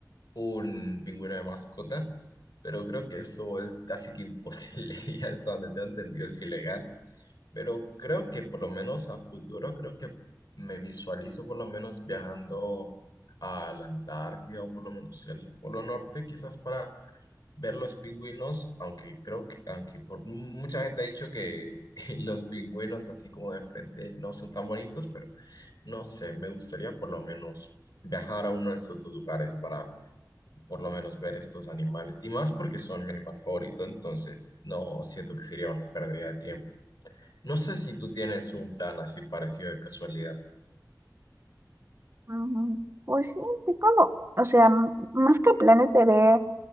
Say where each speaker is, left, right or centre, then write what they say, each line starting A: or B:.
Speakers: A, on the left (about 65°); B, on the right (about 35°).
A: un pingüino de mascota, pero creo que eso es casi que imposible <laughs> y hasta donde tengo entendido es ilegal. Pero creo que por lo menos a futuro, creo que me visualizo por lo menos viajando a la Antártida o por lo menos el Polo Norte, quizás para ver los pingüinos, aunque creo que, aunque por mucha gente ha dicho que <laughs> los pingüinos así como de frente no son tan bonitos, pero no sé, me gustaría por lo menos viajar a uno de estos dos lugares para por lo menos ver estos animales, y más porque son mi animal favorito, entonces no siento que sería una pérdida de tiempo. No sé si tú tienes un plan así parecido de casualidad.
B: Ujú. Pues sí, tengo, o sea, m- más que planes de ver